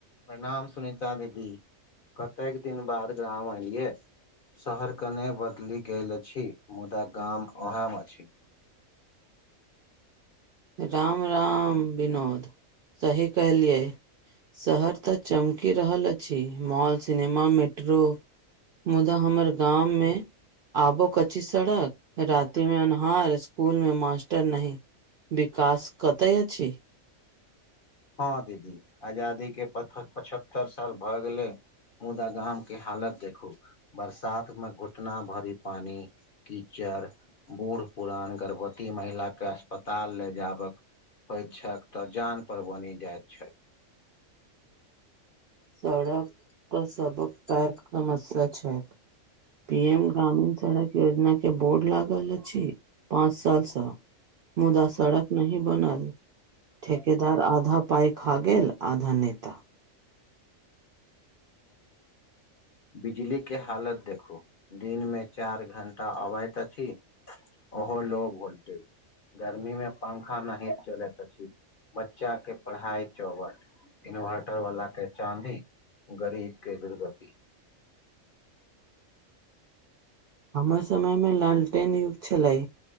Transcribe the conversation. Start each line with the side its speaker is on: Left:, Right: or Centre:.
Left: प्रणाम सुनीता दीदी, कतेक दिन बाद गाम एलियै? शहर कने बदलि गेल अछि मुदा गाम ओहे अछि।
Right: राम राम विनोद, सही कहलियै। शहर तऽ चमकि रहल अछि मॉल, सिनेमा, मेट्रो मुदा हमर गाम मे आबो क। कच्ची सड़क, राति में अन्हार, स्कूल में मास्टर नहि विकास कतय अछि।
Left: हँ दीदी, आजादी के पचहत्तर साल भ गेलै मुदा गामके हालत देखू बरसात मे घुटना भरि पानी कीचड़, बूढ़ पुरान, गर्भवती महिला के अस्पताल ले जाबक होइ छै त जान पर बनि जाइत छै।
Right: सड़क सड़क पर सबतरि समस्या‌ छै, पी एम ग्रामीण सड़क योजना के बोर्ड लागल अछि पांच सालसँ मुदा सड़क नही बनल ठेकेदार आधा पाइ खा गेल आधा नेता
Left: बिजलीके हालत देखू दिनमे चारि घण्टा अबैत अछि। ओहो लो भोलटेज गर्मी में पंखा नहि चलैत अछि, बच्चा के पढ़ाई चौपट इन्वर्टर वला के चाँदी गरीब के दुर्गति <inaudible>
Right: हमर समय मे लालटेन युग छलै